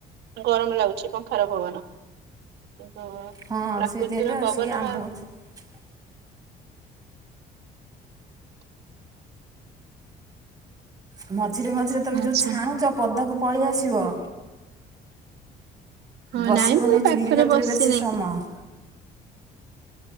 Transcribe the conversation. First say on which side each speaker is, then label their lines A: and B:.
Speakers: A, on the right; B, on the right.
A: ଗରମ ଲାଗୁଛି ପଙ୍ଖାର ପବନ। କିନ୍ତୁ
B: ହଁ
A: ପ୍ରାକୃତିକ
B: ସେଇଥିପାଇଁ ତ
A: ପବନ
B: ଆସିକି ଆମ୍ବ
A: ଆଉ
B: ଅଛୁ। ମ। ମଝିରେ ମଝିରେ ତମେ
A: ଆଚ୍ଛା
B: ଯୋଉ ଛାଣୁଚ ପଦାକୁ। ପଳେଇଆସିବ।
A: ହଁ
B: ବସିବନି
A: ନାଇଁ ମୁଁ ଏ ପାଖରେ
B: ଚୁଲି କତିରେ
A: ବସି
B: ବେଶୀ
A: ନି।
B: ସମୟ